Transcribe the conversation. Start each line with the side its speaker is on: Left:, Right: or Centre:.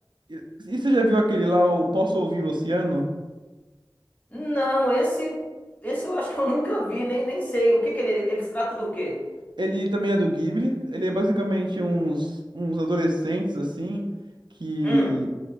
Right: E, e você já viu aquele lá, o Posso Ouvir o Oceano?
Left: Não, esse, esse eu acho que eu nunca vi, nem, nem sei. O que que ele, ele se trata do quê?
Right: Ele também é do Ghibli. Ele é basicamente uns, uns adolescentes, assim, que
Left: Hum,